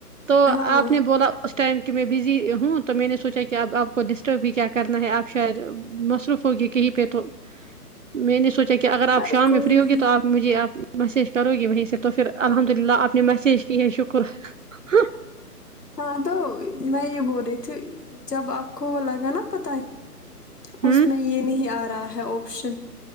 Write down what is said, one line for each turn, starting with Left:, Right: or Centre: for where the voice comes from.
Right: تو
Left: ہاں
Right: آپ نے بولا اس ٹائم کی میں بزی ہوں تو میں نے سوچا کی اب آپ کو ڈسٹرب بھی کیا کرنا ہے آپ شاید مصروف ہوگی کہیں پے تو میں نہیں سوچا کہ اگر آپ
Left: ارے
Right: شام
Left: کوئی
Right: میں فری
Left: نہیں
Right: ہوگی تو آپ مجھے آپ میسیج کرو گی وہیں سے تو پھر الحمد للہ آپ نے میسیج کی ہے شکر ہاں
Left: ہاں تو میں یے بول رہی تھی جب آپ کو وہ لگا نا پتہ ہے
Right: ہوں
Left: اس میں یل نہیں آ رہا ہے آپشن